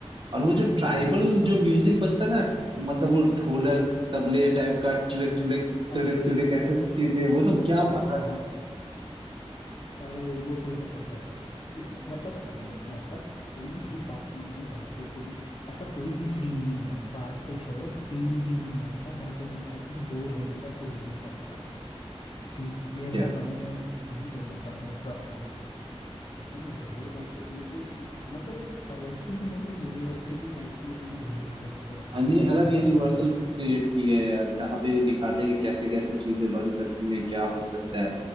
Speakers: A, on the right (about 50°); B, on the left (about 55°).
A: और वो जो ट्राइबल
B: हाँ
A: जो म्यूजिक बजता है ना मतलब वो ढोलक तबले टाइप का ट्रिक ट्रिक ट्रिक
B: अरे
A: ट्रिक ऐसे चीजें वो सब क्या मजा
B: हाँ
A: देता
B: हाँ अरे वो तो जबरदस्त इसमें मतलब मे- ऐसा कोई भी पार्ट नहीं है जहाँ पे कोई ऐसा कोई भी सीन नहीं है पार्ट तो छोड़ो सीन भी नहीं है ऐसा जहाँ पे कोई आदमी बोर होने का सोच भी सकता है क्लियर
A: है क्या
B: भाषा में मैं यही बोलना चाहूंगा इस बारे में तो एकदम जबरदस्त एक एक सी मतलब एक अलग ही इन्होंने यूनिवर्सिटी टाइप की अपनी क्रिएट करके रखी
A: अन्य
B: हुई
A: अलग
B: थी
A: यूनिवर्सल
B: मार्वल ने
A: क्रिएट किया है यार, जहाँ पे ये दिखाते हैं कि कैसे कैसे चीजें बन सकती हैं क्या हो सकता है